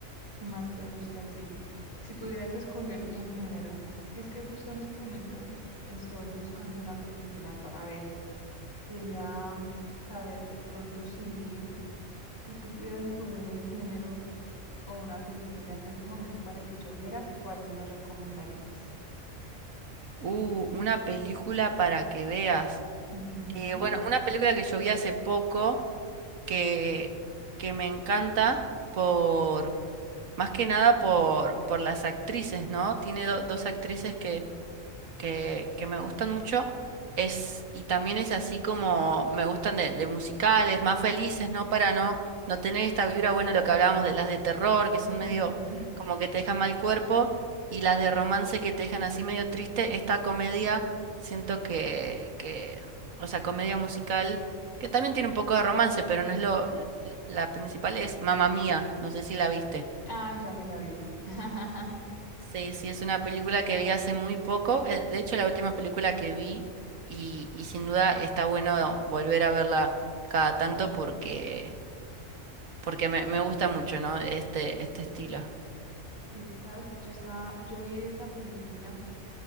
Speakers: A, on the left; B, on the right.
A: ¿Qué más te gusta a ti? Si pudieras escoger un género, es que justo en este momento estoy buscando una película para ver. Quería saber de pronto si, si tú pudieras escoger un género. o una película en este momento para que yo viera, ¿cuál me recomendarías?
B: Uh, una película para que veas.
A: Ujú,
B: Eh, bueno, una película que yo vi hace poco que, que me encanta por, más que nada por, por las actrices, ¿no? Tiene do- dos actrices que que, que me gustan mucho. Es, y también es así como me gustan de, de musicales, más felices, ¿no? Para no, no tener esta vibra, bueno, lo que hablábamos de las de terror, que son medio
A: ujú.
B: como que te dejan mal cuerpo, y las de romance que te dejan así medio triste. Esta comedia, siento que, que, o sea, comedia musical, que también tiene un poco de romance, pero no es lo, la principal es Mamma Mía, no sé si la viste.
A: ay ya me la vi. <laughs>
B: Sí, sí, es una película que vi hace muy poco. eh, De hecho, la última película que vi y, y sin duda está bueno volver a verla cada tanto porque, porque me, me gusta mucho, ¿no? Este, este estilo.
A: Sí, sabes, yo estaba, yo vi esa película.